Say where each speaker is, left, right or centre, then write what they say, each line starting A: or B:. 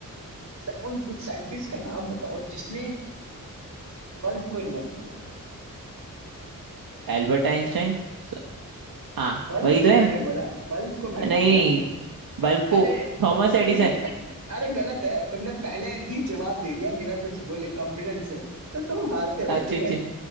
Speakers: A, on the right (about 55°); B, on the right (about 80°).
A: स- उन- उस साइंटिस्ट का नाम बताओ जिसने बल्ब को इन्वेंट किया
B: एल्बर्ट आइंस्टाइन स- हाँ
A: बल्ब
B: वही
A: को
B: तो है
A: मैंने बोला बल्ब को मैंने
B: नहीं
A: बोला
B: नहीं बल्ब को
A: अरे
B: Thomas Edison
A: तुमने अरे गलत है तुमने पहले ही जवाब दे दिया बिना कुछ बोले कॉन्फिडेंस से तो तुम हारते हो
B: अच्छे
A: ठीक
B: अच्छे
A: है